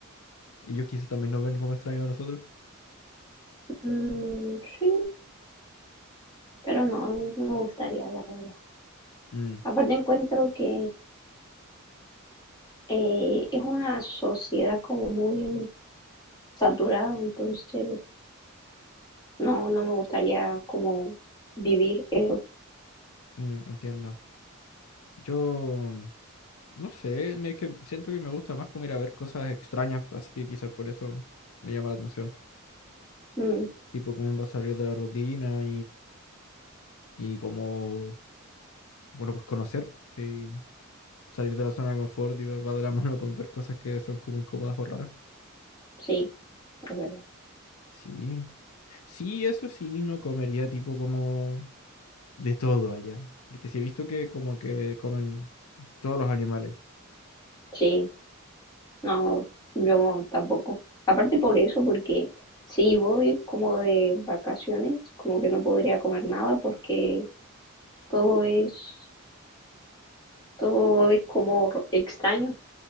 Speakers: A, on the left (about 85°); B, on the left (about 20°).
A: ellos quizás también nos ven como extraños a nosotros.
B: Mm, sí, pero no, no me gustaría, la verdad.
A: Mm,
B: Aparte encuentro que eh, es una sociedad como muy saturada, entonces no, no me gustaría como vivir eso.
A: mm, entiendo. Yo... mm, No sé, me- es que siento que me gusta más como ir a ver cosas extrañas, así que quizás por eso me llama la atención.
B: Mm,
A: Tipo, cómo va a salir de la rutina y como, bueno, pues conocer, sí, salir de la zona de confort y va va de la <laughs> mano con ver cosas que son como incómodas o raras.
B: sí, es verdad.
A: Sí, sí, eso sí, no comería tipo como de todo allá, porque sí he visto que como que comen todos los animales.
B: Sí, no, yo tampoco. Aparte por eso, porque si voy como de vacaciones, como que no podría comer nada porque todo es, todo es como extraño.